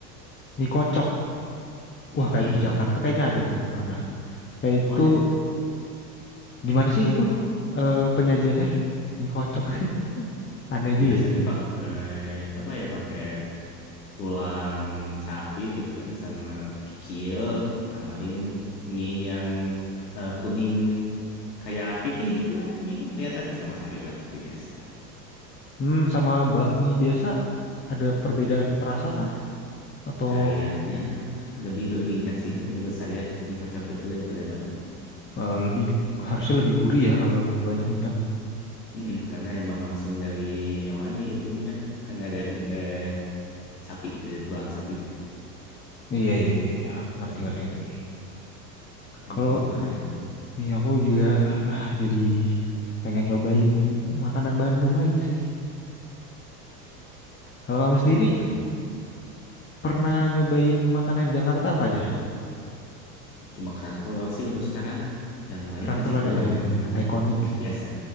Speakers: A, on the left; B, on the left.
A: Mie kocok.
B: Iya,
A: Wah, kayak
B: i.
A: di Jakarta kayaknya ada tuh pernah. Kayak itu
B: Oh ada.
A: gimana sih itu eh, penyajiannya? Mie kocok. <laughs> Aneh juga
B: Biasanya
A: itu.
B: pakai apa ya? Pakai tulang sapi gitu kan sama kikil tambahin mie yang eh, kuning kayak pipih gitu lah mie-nya kelihatannya sama sayur lah seperti biasa.
A: Hmm, sama bakmi biasa ada perbedaan rasa kah? Atau
B: Kayaknya lebih berminyak sih menurut saya mie kocok itu daripada bakmi.
A: eh, lebih harusnya lebih gurih ya kalau lebih banyak minyak?
B: Mm, karena emang langsung dari hewani itunya. Kan ada eh, sapi, ada tulang sapinya.
A: Iya iya iya, iya. ngerti ngerti ngerti.
B: Kayaknya
A: Kalau
B: itu lumayan tuh.
A: iya aku juga ah jadi pengen nyobain makanan Bandung lagi sih. Kalau kamu sendiri
B: Ya ampun.
A: pernah nyobain makanan Jakarta apa aja?
B: Cuma kerak telur sih untuk sekarang. Yang lain
A: Kerak
B: masih
A: telur
B: kurang
A: ya, ya, ya. Ikonik
B: mm-mm,
A: sih itu.
B: biasa.
A: <laughs>